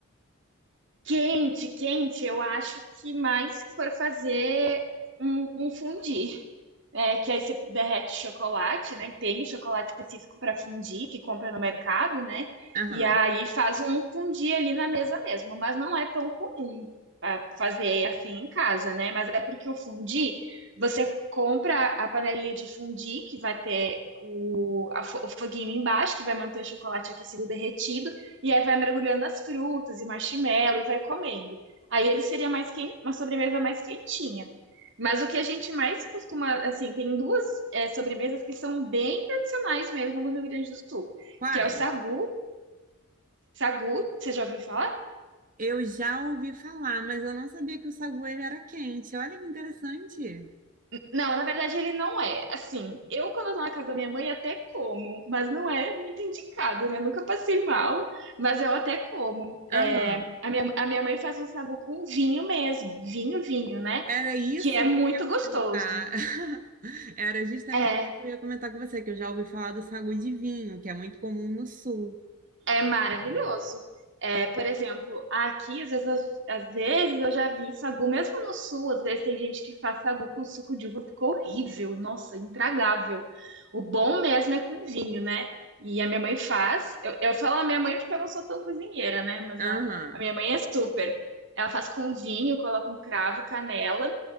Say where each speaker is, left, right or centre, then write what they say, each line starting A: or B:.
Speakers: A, on the right (about 55°); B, on the right (about 35°).
A: Quente, quente, eu acho que mais se for fazer um, um fundi. É, que aí você derrete chocolate, né? Tem chocolate específico para fundir, que compra no mercado, né?
B: Aham.
A: E aí faz um fundir ali na mesa mesmo, mas não é tão comum ah, fazer assim em casa, né? Mas é porque o fundir, você compra a panelinha de fundir, que vai ter o, a fo- o foguinho embaixo, que vai manter o chocolate aquecido derretido, e aí vai mergulhando as frutas e marshmallow e vai comendo. Aí ele seria mais quente, uma sobremesa mais quentinha. Mas o que a gente mais costuma, assim, tem duas é, sobremesas que são bem tradicionais mesmo no Rio Grande do Sul,
B: Quais?
A: que é o sagu. Sagu, você já ouviu falar?
B: Eu já ouvi falar, mas eu não sabia que o sagu ele era quente. Olha que interessante.
A: Não, na verdade ele não é. Assim, eu quando eu tô na casa da minha mãe até como, mas não é muito indicado, né? Nunca passei mal, mas eu até como. É,
B: Aham.
A: a minha, a minha mãe faz um sagu com vinho mesmo, vinho, vinho, né?
B: Era isso
A: Que é muito
B: que eu ia
A: gostoso.
B: comentar. <laughs> Era justamente
A: É,
B: isso que eu ia comentar com você, que eu já ouvi falar do sagu de vinho, que é muito comum no sul.
A: É maravilhoso. É, por exemplo, aqui, às vezes, eu, às vezes eu já vi sagu, mesmo no sul, às vezes tem gente que faz sagu com suco de uva, ficou horrível, nossa, intragável. O bom mesmo é com vinho, né? E a minha mãe faz. Eu, eu falo a minha mãe porque eu não sou tão cozinheira, né? Mas
B: Aham.
A: a, a minha mãe é super. Ela faz com vinho, coloca um cravo, canela,